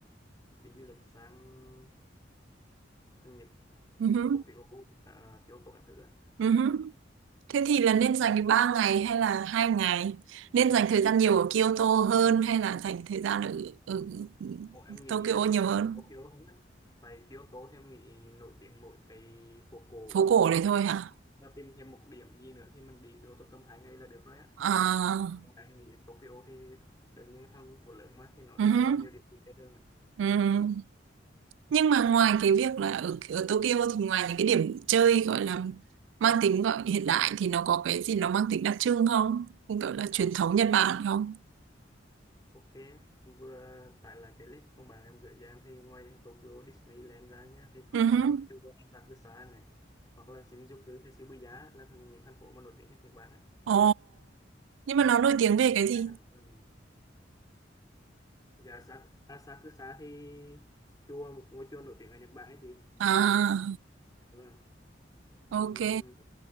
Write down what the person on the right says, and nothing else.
Ừ
hứ.
Ừ hứ. Thế thì là nên dành 3 ngày hay là 2 ngày? Nên dành thời gian nhiều ở Kyoto hơn hay là dành thời gian ở, ở
Tokyo
nhiều
hơn?
Phố cổ đấy thôi hả?
À,
ừm,
ừm. Nhưng mà
ngoài cái việc là ở, ở Tokyo thì ngoài những cái điểm chơi gọi là mang tính gọi hiện đại thì nó có cái gì nó mang tính đặc trưng không? Cũng gọi là
truyền thống Nhật Bản không?
ừ uh
Ồ, nhưng mà
nó nổi
tiếng
về
cái gì?
À,
ok.